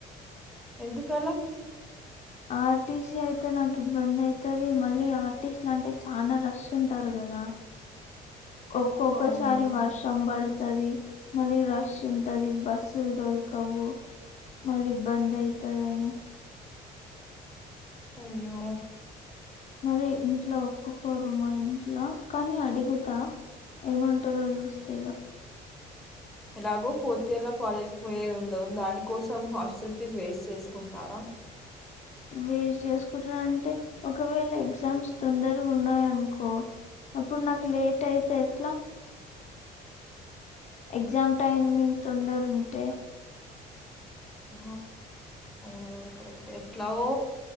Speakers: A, in the centre; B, on the left.
A: ఎందుకలా
B: ఆర్టీస అయితే నాకు ఇబ్బంది అవుతుది మళ్ళీ ఆర్టీస్ట్ లు అంటే చాలా రష్ ఉంటారు కదా ఒక్కొక్కసారి
A: అవును.
B: వర్షం పడుత ది మళ్ళీ రష్ ఉంటది బస్సులు దొరకవు మళ్ళీబ్ బంద్ అవుతుందిని
A: అయ్యో
B: మరి ఇంట్లో ఒప్పుకోరు మా ఇంట్ల కానీ అడిగుతా ఏమంటారో చూస్త తీగ
A: ఎలాగో ఫోర్త్ ఇయర్ ల కాలేజ్ క్ పోయేది ఉండదు దానికోసం హాస్టల్ ఫీజు వేస్ట్ చేసుకుంటారా
B: వేస్టే చేస్ కుంటర అంటే ఒకవేళ ఎగ్జామ్ తుందరగా ఉన్నాయి అనుకో అప్పుడు నాకు లేట్ అయి తెట్లా ఎగ్జామ్ టైమింగ్ తొందర ఉంటే
A: అ అవునాది కుడా కరెక్ట్ ఎట్లావో